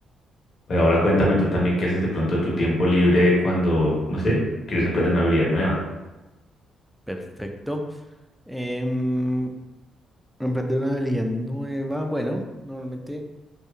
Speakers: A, on the left; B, in the centre.
A: Pero ahora cuéntame tú también qué haces de pronto de tu tiempo libre cuando, no sé, quieres aprender una habilidad nueva.
B: Perfecto. Em, emprender una habilidad nueva. Bueno, normalmente